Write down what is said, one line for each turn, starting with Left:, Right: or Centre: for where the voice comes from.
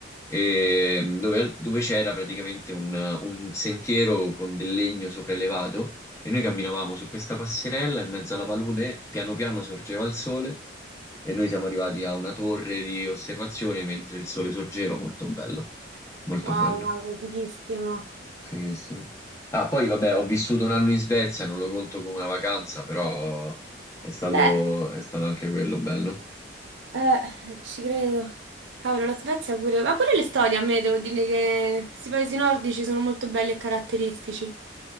Left: ehm, dove, dove c'era praticamente un, un sentiero con del legno sopraelevato e noi camminavamo su questa passerella in mezzo alla palude, piano piano sorgeva il sole e noi siamo arrivati a una torre di osservazione mentre il sole sorgeva, molto bello, molto
Right: wow,
Left: bello.
Right: wow, fighissimo.
Left: Fighissimo. Ah, poi vabbè, ho vissuto un anno in Svezia, non lo conto come una vacanza, però è stato,
Right: Beh.
Left: è stato anche quello bello.
Right: Eh, ci credo. Cavolo, la Svezia pure, ma pure le storie a me, devo dire che questi paesi nordici sono molto belli e caratteristici.